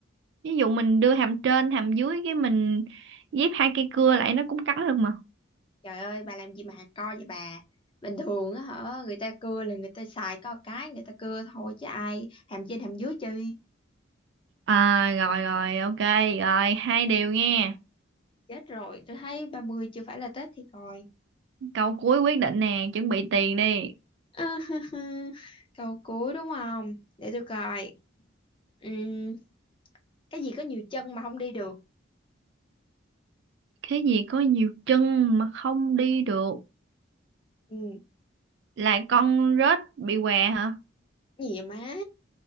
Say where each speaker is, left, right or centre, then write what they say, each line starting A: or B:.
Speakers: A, on the right; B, on the left.
A: Ví dụ mình đưa hàm trên, hàm dưới cái mình ghép hai cây cưa lại nó cũng cắn được mà.
B: Trời ơi bà làm gì mà hạt co vậy bà Bình thường á hả Người ta cưa là người ta xài có một cái Người ta cưa thôi chứ ai Hàm trên hàm dưới chi
A: À, rồi rồi, ok, rồi, hai điều nghe.
B: Chết rồi tôi thấy 30 chưa phải là Tết thì coi
A: Câu cuối quyết định nè, chuẩn bị tiền đi.
B: à, <laughs> Câu cuối đúng không Để tôi coi Ừm, Cái gì có nhiều chân mà không đi được
A: Cái gì có nhiều chân mà không đi được?
B: Ừm,
A: Là con rết bị què hả?
B: gì vậy má